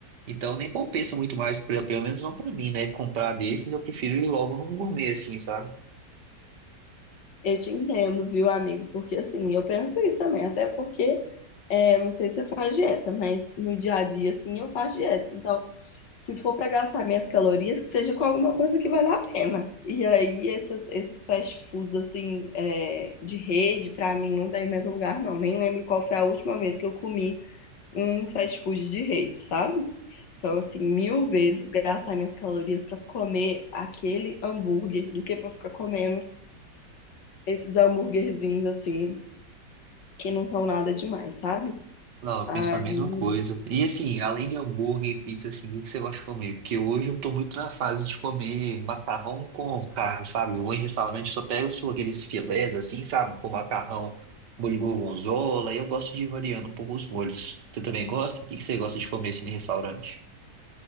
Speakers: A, on the right (about 70°); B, on the left (about 80°).
A: Então nem compensa muito mais, pelo pelo menos não pra mim, né? Comprar desses, eu prefiro ir logo num gourmet, assim, sabe?
B: Eu te entendo, viu, amigo? Porque assim, eu penso isso também, até porque É, eu não sei se você faz dieta, mas no dia a dia, assim, eu faço dieta. Então, se for para gastar minhas calorias, que seja com alguma coisa que vale a pena. E aí, essas, esses fast foods, assim, é, de rede, pra mim, não dá em mais lugar, não. Nem lembro qual foi a última vez que eu comi um fast food de rede, sabe? Então, assim, mil vezes gastar minhas calorias pra comer aquele hambúrguer do que pra ficar comendo esses hambúrguerzinhos, assim, que não são nada demais, sabe?
A: Não, eu
B: Aí
A: penso a mesma coisa. E assim, além de hambúrguer e pizza, assim, o que que você gosta de comer? Porque hoje eu tô muito na fase de comer macarrão com carne, sabe? Eu vou em restaurante, só pego só aqueles filés, assim, sabe? Com macarrão, molho gorgonzola, e eu gosto de ir variando um pouco os molhos. Você também gosta? O que que você gosta de comer, assim, em restaurante?